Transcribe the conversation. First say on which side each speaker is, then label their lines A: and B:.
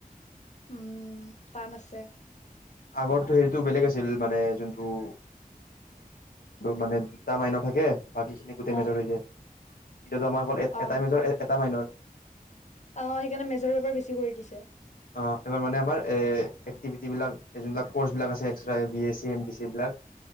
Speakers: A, on the left; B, on the left.
A: উম টান আছে
B: আগত হেৰিতটো বেলেগ আছিল মানে যোনটোন মানে দুটা মাইনৰ থাকে বাকী খিনি গোটেই
A: অ
B: মেজৰ হৈ যায় এতিয়া আমাৰ অকল
A: অ
B: এটা মেজৰ এটা মাইনৰ
A: অ সেইকাৰণে মেজৰ পেপাৰ বেছি কৰি দিছে
B: অ এইবাৰ মানে আমাৰ এ এক্টিভিটি বিলাকি যোনবিলাক কৰ্চ বিলাক আছে্ এক্সট্ৰা বিএচি এডিচি বিলাক